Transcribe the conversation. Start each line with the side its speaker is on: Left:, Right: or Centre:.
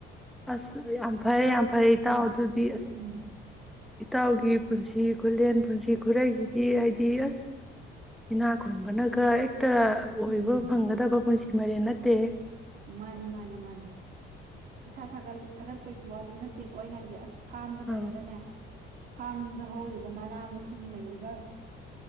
Centre: ꯑꯁ ꯌꯥꯝ ꯐꯔꯦ ꯌꯥꯝ ꯐꯔꯦ ꯏꯇꯥꯎ ꯑꯗꯨꯗꯤ ꯑꯁ
Right: ꯎꯝ
Centre: ꯏꯇꯥꯎꯒꯤ ꯄꯨꯟꯁꯤꯒꯤ ꯈꯨꯂꯦꯟ ꯄꯨꯟꯁꯤ ꯈꯨꯔꯩꯁꯤꯗꯤ ꯍꯥꯏꯗꯤ ꯑꯁ ꯏꯅꯥ ꯈꯨꯟꯕꯅꯒ ꯑꯣꯏꯕ
Right: ꯎꯝ
Centre: ꯐꯪꯒꯗꯕ ꯄꯨꯟꯁꯤ ꯍꯦꯟꯕ ꯅꯠꯇꯦꯍꯦ
Right: ꯃꯥꯅꯤ ꯃꯥꯅꯦ ꯃꯥꯅꯦ ꯏꯁꯥꯥ ꯊꯥꯒꯠꯂꯤ ꯊꯥꯒꯠꯄꯒꯤ ꯋꯥꯗꯤ ꯅꯠꯇꯦꯀꯣ ꯑꯩꯅ ꯍꯩꯏꯁꯦ ꯑꯁ ꯐꯥꯝꯗ ꯂꯩꯔꯒꯅꯦ
Centre: ꯑꯥ
Right: ꯏꯁ ꯐꯥꯝꯗ ꯍꯧꯔꯤꯕ ꯃꯅꯥ ꯃꯁꯤꯡ ꯂꯩꯔꯤꯕ